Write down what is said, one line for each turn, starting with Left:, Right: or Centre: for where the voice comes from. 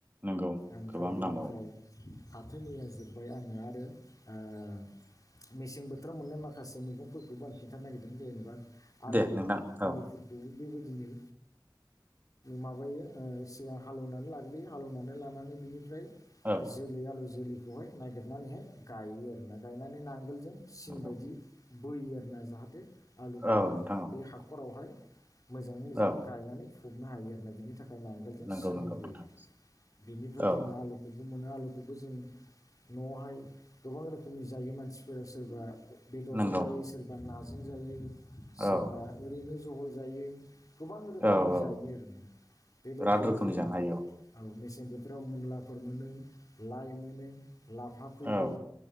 Right: नंगौ
Left: आमफ्राय
Right: गोबां
Left: बिनिफ्राय
Right: नांबावगौ
Left: फाथोनिया जोबबाय आङो आरो ओ मेसें बोथोराव मोननाय माखासे मैगंफोरखौबो आं खिनथानो नागिरदों जेनेबा आलु
Right: दे नोंथां
Left: आलुफोरखौ
Right: औ
Left: बेबायदिनो माबायो ओ सिगां हालौवनानै लाग्रोयो हालेवनानै लानानै बिनिफ्राय
Right: औ
Left: बे जोलै आलु जोलैखौहाय नागिरनानैहाय गायो आरोना गायनानै नांगोलजों सिन
Right: नंगौ
Left: बायदि बोयो आरोना जाहाथे आलुखौहाय
Right: औ नोंथां औ
Left: बे हाखरावहाय मोजाङै मोजां
Right: औ
Left: गायनानै फबनो हायो बिनि थाखाय नांगोलजों
Right: नंगौ
Left: सिन
Right: नंगौ
Left: बोग्रोयो
Right: नोंथां
Left: बेनिफ्राइ जों
Right: औ
Left: आलुखौ मोनो आलुखौबो जों न'आवहाय गोबां रोखोमनि जायो मानसिफोरा सोरबा बेदरजों
Right: नंगौ
Left: जायो सोरबा नाजों जायो सोरबा
Right: औ
Left: ओरैनो जहल जायो गोबां रोखोमनि
Right: औ
Left: जायो
Right: औ
Left: आरो ना बेबायदिनो
Right: बिराद रोखोमनि
Left: जोंहा
Right: जानो
Left: औ
Right: हायो
Left: मेसें मेसें बोथोराव मुलाफोर मोनो लाइ मोनो लाफा फोयो
Right: औ